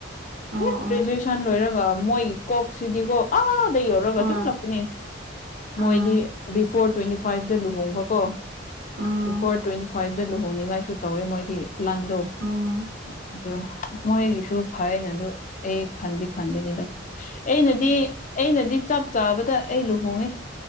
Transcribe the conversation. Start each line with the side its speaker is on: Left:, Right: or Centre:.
Right: ꯑꯣ
Left: ꯍꯦ
Right: ꯑꯣ
Left: ꯒ꯭ꯔꯦꯖꯨꯑꯦꯁꯟ ꯂꯣꯏꯔꯒ ꯃꯣꯏ ꯀꯣꯛꯁꯤꯗꯤꯀꯣ ꯑꯥꯗ ꯌꯧꯔꯒ
Right: ꯍꯣꯏ
Left: ꯑꯗꯨꯝ ꯂꯄꯅꯦ ꯃꯣꯏꯗꯤ
Right: ꯑꯥ
Left: ꯕꯤꯐꯣꯔ ꯇ꯭ꯋꯦꯟꯇꯤ ꯐꯥꯏꯚꯇ ꯂꯨꯍꯣꯡꯕ ꯀꯣ
Right: ꯑꯥ
Left: ꯕꯤꯐꯣꯔ ꯇ꯭ꯋꯦꯟꯇꯤ ꯐꯥꯏꯚꯇ ꯂꯨꯍꯣꯡꯅꯤꯡꯉꯥꯏꯁꯨ ꯇꯧꯋꯦ ꯃꯣꯏꯗꯤ ꯄ꯭ꯂꯥꯟꯗꯣ
Right: ꯑꯣ
Left: ꯑꯗꯨ ꯃꯣꯏꯒꯤꯁꯨ ꯐꯩꯅ ꯑꯗꯨ ꯑꯩ ꯈꯟꯗꯤ ꯈꯟꯕꯅꯤꯗ ꯑꯩꯅꯗꯤ ꯑꯩꯅꯗꯤ ꯆꯞ ꯆꯥꯕꯗ ꯑꯩ ꯂꯨꯍꯣꯡꯉꯦ